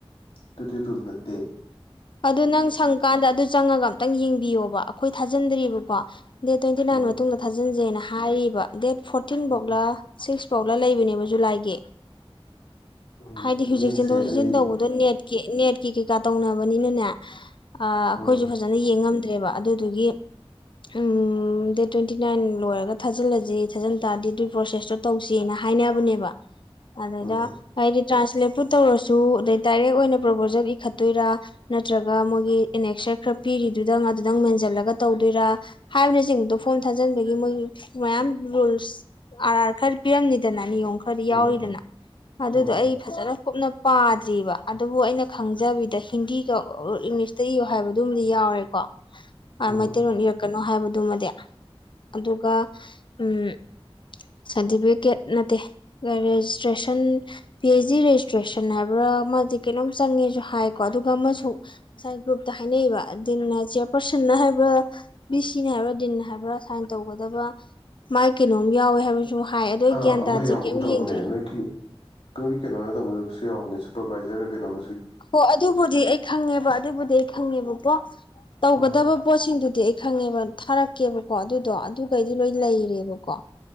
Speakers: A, on the left; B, on the left.
A: ꯑꯗꯨꯗꯤ ꯆꯨꯔꯅꯠꯇꯦ
B: ꯑꯗꯨ ꯅꯪ ꯁꯪꯀꯥꯟꯗ ꯑꯗꯨ ꯆꯪꯉꯒ ꯑꯝꯇꯪ ꯌꯦꯡꯕꯤꯌꯣꯕ ꯑꯩꯈꯣꯏ ꯊꯥꯖꯟꯗ꯭ꯦꯕꯀꯣ ꯗꯦꯠ ꯇ꯭ꯋꯦꯟꯇꯤ ꯅꯥꯏꯟ
A: ꯎꯝ
B: ꯃꯇꯨꯡꯗ ꯊꯥꯖꯤꯟꯖꯦꯅ ꯍꯥꯏꯔꯤꯕ ꯗꯦꯠ ꯐꯣꯔꯇꯤꯟ
A: ꯎꯝ
B: ꯕꯣꯛꯂꯥ ꯁꯤꯛꯁ ꯁꯣꯛꯂ ꯂꯩꯕꯅꯦꯕ ꯖꯨꯂꯥꯏꯒꯤ
A: ꯎꯝ
B: ꯍꯥꯏꯗꯤ ꯍꯧꯖꯤꯛ
A: ꯌꯦꯡꯁꯦ
B: ꯆꯦꯟꯊꯣꯛ ꯆꯦꯟꯁꯤꯟ
A: ꯑꯩ
B: ꯇꯧꯕꯗꯣ ꯅ ꯅꯦꯠꯀꯤ ꯀꯩ ꯀꯥ ꯇꯧꯅ ꯃꯅꯤꯅꯅꯦ ꯑꯩꯈꯣꯏꯁꯨ
A: ꯎꯝ
B: ꯐꯖꯅ ꯌꯦꯡꯉꯝ ꯐꯠꯇ꯭ꯔꯦꯕ ꯑꯗꯨꯗꯨꯒꯤ ꯎꯝ ꯗꯦꯠ ꯇ꯭ꯋꯦꯟꯇꯤ ꯅꯥꯏꯟ ꯂꯣꯏꯔꯒ ꯊꯥꯖꯤꯜꯂꯁꯤ ꯊꯥꯖꯤꯟ ꯇꯥꯔꯗꯤ ꯑꯗꯨꯏ ꯄ꯭ꯔꯣꯁꯦꯁꯇꯣ ꯇꯧꯁꯅ ꯍꯥꯏꯅꯕꯅꯦꯕ ꯑꯗꯦꯗ
A: ꯎꯝ
B: ꯀ ꯇ꯭ꯔꯥꯟꯁꯂꯦꯠꯄꯨ ꯇꯧꯔꯁꯨ ꯑꯗꯩ ꯗꯥꯏꯔꯦꯛ ꯑꯣꯏꯅ ꯄ꯭ꯔꯄꯣꯖꯦꯜ ꯏꯈꯠꯇꯣꯏꯔꯥ ꯅꯠꯇ꯭ꯔꯒ ꯃꯣꯏꯒꯤ ꯏꯅꯦꯛꯁꯔ ꯈꯔ ꯄꯤꯔꯤꯗꯨꯗꯪ ꯑꯗꯨꯗꯪ ꯃꯦꯟꯁꯤꯜꯂꯒ ꯇꯧꯗꯣꯏꯔꯥ ꯍꯥꯏꯕꯅꯆꯤꯡꯕꯗꯣ ꯐꯣꯝ ꯊꯥꯖꯤꯟꯕꯒꯤ ꯃꯣꯏꯒꯤ ꯃꯌꯥꯝ ꯔꯨꯜꯁ ꯑꯥꯔ ꯑꯥꯔ ꯈꯔ ꯄꯤꯔꯝꯅꯤꯗꯅ ꯅꯤꯌꯣꯝ ꯈꯔꯗꯤ
A: ꯎꯝ
B: ꯌꯥꯎꯔꯤꯗꯅ ꯑꯗꯨꯗꯣ
A: ꯎꯝ
B: ꯑꯩ ꯐꯖꯅ ꯀꯨꯞꯅ ꯄꯥꯗ꯭ꯔꯤꯕꯔꯤꯕ ꯑꯗꯨꯕꯨ ꯑꯩꯅ ꯈꯪꯖꯕꯤꯗ ꯍꯤꯟꯗꯤꯒ ꯏꯪꯂꯤꯁꯇ ꯏꯌꯣ ꯍꯥꯏꯕꯗꯨꯃꯗꯤ ꯌꯥꯎꯔꯦꯀꯣ ꯑ
A: ꯎꯝ
B: ꯃ ꯇꯔꯅꯤ ꯌ ꯀ <unintelligible> ꯀꯣ ꯑꯗꯨꯒ ꯑꯃꯁꯨ ꯉꯁꯥꯏ ꯒ꯭ꯔꯨꯞꯇ ꯍꯥꯏꯅꯩꯕ ꯗꯤꯟꯅ ꯆꯤꯌꯔ ꯄꯔꯁꯟꯅ ꯍꯥꯏꯕ꯭ꯔꯥ ꯕꯤ ꯁꯤꯅ ꯍꯥꯏꯕ꯭ꯔꯥ ꯗꯤꯟꯅ ꯍꯥꯏꯕ꯭ꯔꯥ ꯁꯥꯏꯟ ꯇꯧꯒꯗꯕ ꯃꯥꯥꯏ ꯀꯩꯅꯣꯝ ꯌꯥꯎꯋꯦ ꯍꯥꯏꯕꯁꯨ ꯍꯥꯏ ꯑꯗꯣ ꯑꯩ
A: ꯑꯥ
B: ꯒ꯭ꯌꯥꯟ
A: ꯑꯃ
B: ꯇꯥꯗ꯭ꯔꯤ
A: ꯌꯥꯎꯒꯨꯝ
B: ꯀꯩꯝ
A: ꯇꯧꯕꯅꯦ
B: ꯌꯦꯡꯗ꯭ꯔꯤ
A: ꯅꯣꯏꯒꯤ ꯅꯈꯣꯏꯒꯤ ꯀꯩꯅꯣꯅ ꯇꯧꯗꯕꯁꯨ ꯌꯥꯎꯕꯅꯦ ꯁꯨꯄꯔꯕꯥꯏꯖꯔꯒ ꯀꯩꯅꯣꯝ
B: ꯍꯣ ꯑꯗꯨꯕꯨꯗꯤ ꯑꯩ ꯈꯪꯉꯦꯕ ꯑꯗꯨꯕꯨꯗꯤ ꯑꯩ ꯈꯪꯉꯦꯕ ꯑ <unintelligible> ꯇꯧꯒꯗꯕ
A: ꯑꯥ
B: ꯄꯣꯁꯤꯟꯗꯨꯗꯤ ꯐꯪꯉꯦꯕ ꯊꯥꯔꯛꯀꯦꯕꯀꯣ ꯑꯗꯨꯗꯣ ꯑꯗꯨꯈꯩꯗꯤ ꯂꯣꯏ ꯂꯩꯔꯦꯕꯀꯣ